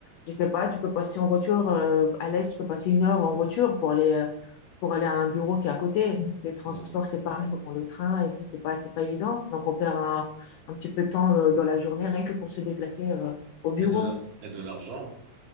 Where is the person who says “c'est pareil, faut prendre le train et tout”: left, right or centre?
Left